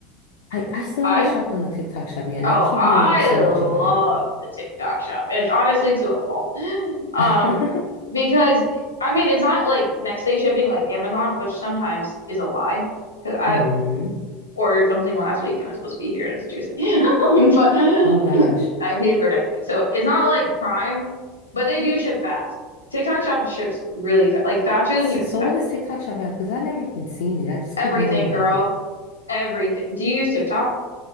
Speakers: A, on the left; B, on the left.
A: I, I still
B: I
A: haven't shopped on the TikTok shop yet, and
B: oh,
A: I keep
B: I
A: hearing so
B: love
A: much about it.
B: the TikTok shop. And honestly to a fault. <gasps> Um,
A: <laughs>
B: because I mean it's not like next day shipping like Amazon, which sometimes is a lie. Because I
A: hmm
B: ordered something last week and i was supposed to be here and it's Tuesday. <laughs> But <laughs>
A: Oh gosh.
B: I paid for it next day. So it's not like Prime, but they do ship fast. TikTok Shop ships really fast, like faster
A: So,
B: than you expect.
A: so what does TikTok shop have? Because I never even seen it. I just
B: Everything,
A: keep hearing about
B: girl.
A: it.
B: Everything. Do you use TikTok?